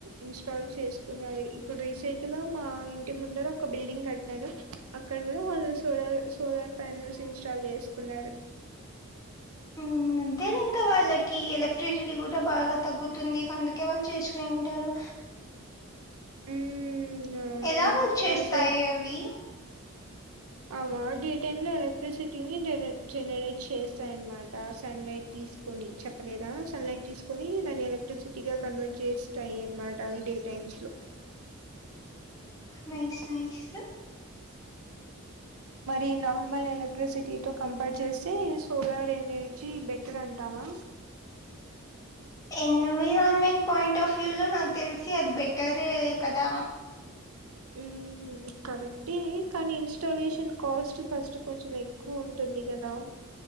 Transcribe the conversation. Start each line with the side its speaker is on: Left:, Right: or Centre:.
Right: ఇన్స్టాల్ చేసుకున్నారు ఇప్పుడు రీసెంట్ గా మా ఇంటి ముందర ఒక బిల్డింగ్ కట్టినడు అక్కడ కూడా వాళ్ళు solar so your prime news install చేసుకున్నారు
Left: ఉమ్ ఉంటది ఇంకా వాళ్ళకి ఎలక్ట్రిసిటీ కూడా బాగా తగ్గుతుంది అందుకే వాళ్ళు చేసుకునింటారు
Right: ఉమ్ అవును
Left: ఎలా వర్క్ చేస్తాయి
Right: అసే
Left: అవి
Right: అమా డే టైమ్ లో ఎలక్ట్రిసిటీని జనర్ జనరేట్ చేస్తాయన్మాట సన్లైట్ తీస్ కొని చెప్పలేదా సన్లైట్ తీసుకొని దాన్ని ఎలక్ట్రిసిటీగా కన్వర్ట్ చేస్తాయన్మాట అవి డే టైమ్ మ్స్ లో
Left: నైష్ నైష్
Right: ఈ నార్మల్ ఎలక్ట్రిసిటీ తో కంపైర్ చేస్తే సోలార్ ఎనర్జీ బెటర్ అంటావా
Left: ఎన్విరాన్మెంట్ పాయింట్ ఆఫ్ వ్యూ లో నాకు తెలిసి అది బెటరే కదా
Right: ఉం కరెక్టే కానీ ఇన్స్టాలేషన్ కాస్ట్ ఫస్ట్ కొంచెం ఎక్కువుంటుంది కదా